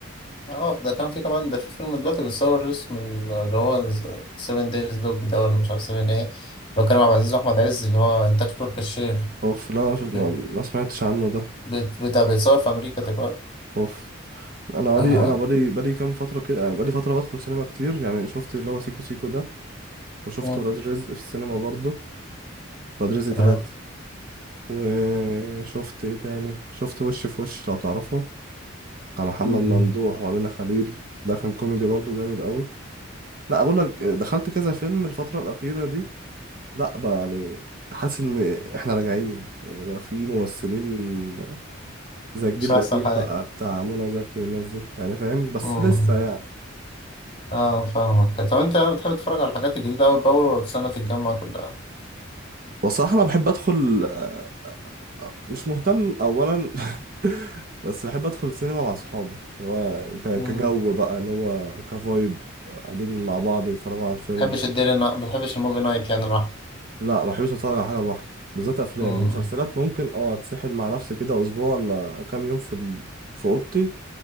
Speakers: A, on the left; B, on the right.
A: اه ده كان في كمان ده في فيلم دلوقتي بيتصور اسمه اللي هو 7 دايز دوج ده ولا مش عارف 7 ايه اللي هو كريم عبد العزيز واحمد عز اللي هو انتاج تركي الشيخ
B: اوف لا أنا شوف
A: بيت-
B: ما, ما سمعتش عنه ده
A: بيت- بيتصور في امريكا دلوقتي
B: اوف أنا بقالي
A: اه
B: أنا بقالي بقالي كام فترة كده يعني بقالي فترة بدخل سينما كتير يعني شفت اللي هو سيكو سيكو ده وشفت
A: تمام
B: ولاد رزق في السينما برضو ولاد رزق
A: تمام.
B: تلاتة وشفت ايه تاني شفت وش في وش لو تعرفه بتاع محمد
A: م- م.
B: ممدوح وأمينة خليل ده كان كوميدي برضو جامد قوي لا بقول لك دخلت كذا فيلم الفترة الأخيرة دي لا بقى يعني حاسس إن إحنا راجعين يعني بقى في ممثلين زي الجيل
A: مش احسن
B: القديم
A: حاجه
B: بقى بتاع منى زكي والناس دي يعني فاهم بس
A: م- م.
B: لسه يعني
A: اه فاهمك طب انت بتحب تتفرج على الحاجات الجديده اول باول ولا تستنى تتجمع كلها؟
B: بصراحة أنا بحب أدخل آه، مش مهتم أولا <laughs> بس بحب أدخل سينما مع صحابي اللي هو ك-
A: ما
B: كجو بقى اللي هو كفايب قاعدين مع بعض بنتفرجوا على الفيلم
A: بتحبش الديلي ما بتحبش الموفي نايت يعني لوحدك
B: لا ما بحبش اتفرج على حاجه لوحدي بالذات افلام
A: م-
B: المسلسلات ممكن اه اتسحل مع نفسي كده اسبوع ولا كام يوم في ال... في اوضتي